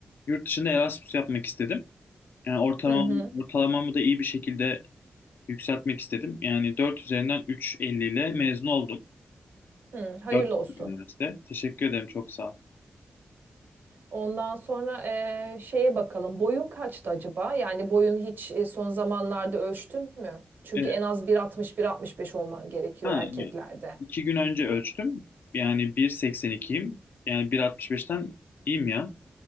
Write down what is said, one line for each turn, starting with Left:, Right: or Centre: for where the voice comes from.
Left: yurt dışında Erasmus yapmak istedim. Yani ortalama,
Right: Hı hı.
Left: ortalamamı da iyi bir şekilde yükseltmek istedim. Yani 4 üzerinden üç virgül elli ile mezun oldum.
Right: Hı, hayırlı
Left: 4
Right: olsun.
Left: üniversite. Teşekkür ederim çok sağ
Right: Ondan sonra e, şeye bakalım. Boyun kaçtı acaba? Yani boyun hiç e, son zamanlarda ölçtün mü? Çünkü
Left: ol.
Right: en az 1.60-1.65 olman gerekiyor
Left: Ha,
Right: erkeklerde.
Left: yani iki gün önce ölçtüm. Yani 1.82'yim. Yani 1.65'ten iyiyim ya.